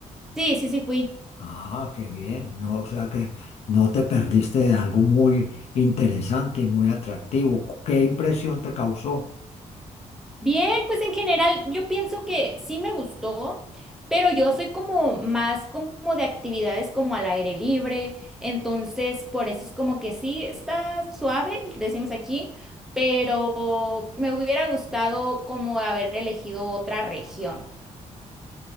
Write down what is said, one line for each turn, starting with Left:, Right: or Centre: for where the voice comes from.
Centre: Sí, sí, sí fui.
Left: Ah, qué bien, no, o sea que no te perdiste de algo muy interesante y muy atractivo. ¿Qué impresión te causó?
Centre: Bien, pues en general yo pienso que sí me gustó, pero yo soy como más como de actividades como al aire libre, entonces por eso es como que sí está suave, decimos aquí, pero me hubiera gustado como haber elegido otra región.